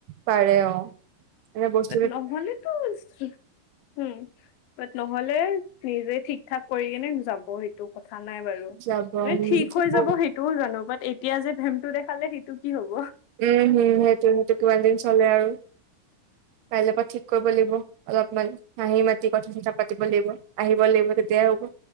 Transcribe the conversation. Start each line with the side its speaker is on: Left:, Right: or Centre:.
Right: পাৰে অ, এনে বস্তু
Left: নহ'লে টো হোম হোম বাত নহ'লে নিজেই ঠিক ঠাক কৰি কিনে যাব সেইটো কথা নাই বাৰু
Right: যাব
Left: মানে
Right: উম উম
Left: ঠিক হৈ যাব সেইট টোও জানো বাত এতিয়া যে ভেমটো দেখালে সেইটো কি হ'ব।
Right: উম হোম সেইটো সেইটো কিমান দিন চলে আৰু কাইলৈ পৰা ঠিক কৰিব লাগিব অলপমান হাঁহি মাতি কথা চথা পাতিব লাগিব। আহিব লাগিব তেতিয়াহে হ'ব।